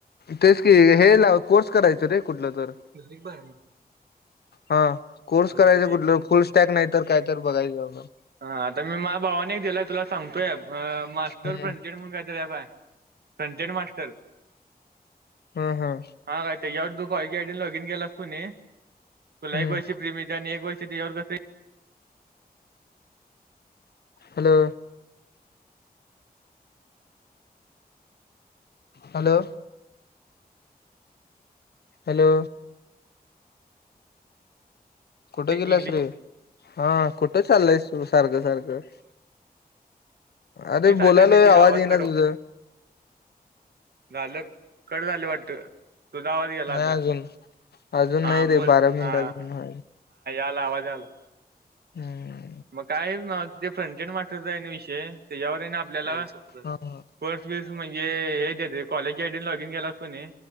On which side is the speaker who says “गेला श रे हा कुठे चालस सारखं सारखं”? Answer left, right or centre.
Left